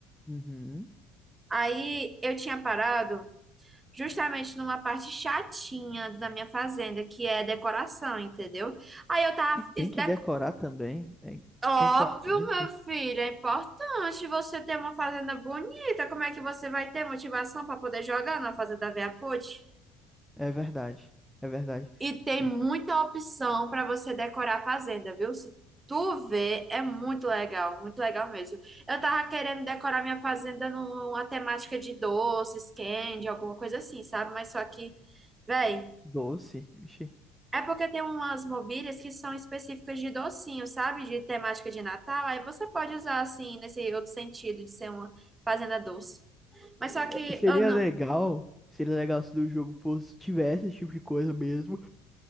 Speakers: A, in the centre; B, on the right.
A: Uhum.
B: Aí eu tinha parado justamente numa parte chatinha da minha fazenda, que é decoração, entendeu? Aí eu tava...
A: E tem
B: e
A: que
B: de-
A: decorar também. É,
B: Óbvio,
A: é importante.
B: meu filho, é importante você ter uma fazenda bonita. Como é que você vai ter motivação para poder jogar na fazenda Veaput?
A: É verdade. É verdade.
B: E tem muita opção para você decorar a fazenda, viu? Se tu vê, é muito legal, muito legal mesmo. Eu tava querendo decorar minha fazenda numa temática de doces, candy, alguma coisa assim, sabe? Mas só que, véi,
A: Doce. Vixe.
B: é porque tem umas mobílias que são específicas de docinho, sabe? De temática de Natal. Aí você pode usar assim, nesse outro sentido de ser uma fazenda doce. Mas só que
A: É, Seria
B: eu não.
A: legal. Seria legal se do jogo fosse, tivesse esse tipo de coisa mesmo.